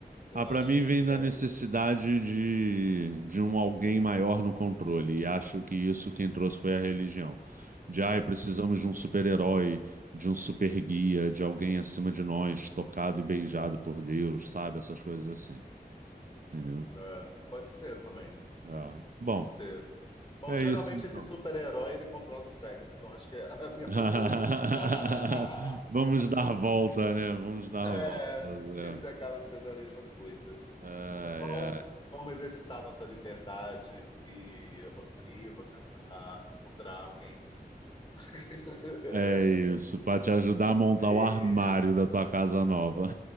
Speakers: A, on the left; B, on the right.
A: Eu
B: Ah, para
A: acho
B: mim vem
A: que
B: da
A: é
B: necessidade
A: isso.
B: de de um alguém maior no controle e acho que isso quem trouxe foi a religião. De ai, precisamos de um super-herói, de um super guia, de alguém acima de nós, tocado e beijado por Deus, sabe? Essas coisas assim, entendeu?
A: né? Pode ser também,
B: É. Bom,
A: pode ser. Bom,
B: é
A: geralmente
B: isso então.
A: esse super-herói ele controla o sexo, então acho que é a mesma
B: <laughs>
A: coisa. <laughs>
B: Vamos dar volta, né? Vamos dar
A: É,
B: voltas, é.
A: esse acaba sendo a mesma coisa.
B: Ai,
A: Bom,
B: ai.
A: vamos exercitar nossa liberdade e eu vou sair, eu vou tentar encontrar alguém. <laughs>
B: É isso, para te ajudar a montar
A: Beijo.
B: o armário da tua casa nova.